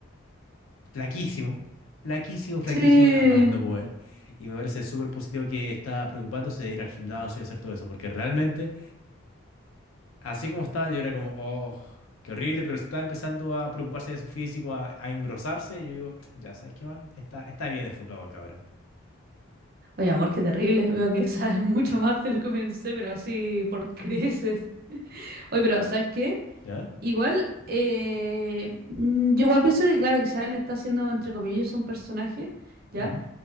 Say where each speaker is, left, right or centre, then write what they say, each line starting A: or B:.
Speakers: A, on the left; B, on the right.
A: flaquísimo, flaquísimo, flaquísimo,
B: Sí.
A: a más no poder. Y me parece súper positivo que está preocupándose de ir al gimnasio y hacer todo eso, porque realmente, así como estaba, yo era como, oh, qué horrible, pero estaba empezando a preocuparse de su físico, a, a engrosarse. Y yo digo, ya, ¿sabes qué más? Está, está bien enfocado, cabra.
B: Oye, amor, qué terrible. <laughs> Veo que sabes mucho más de lo que pensé, pero así por creces. Oye, pero ¿sabes qué?
A: ¿Ya?
B: Igual, eh, mm, yo igual pienso que, claro, quizás le está haciendo, entre comillas, un personaje, ¿ya?
A: Ujú.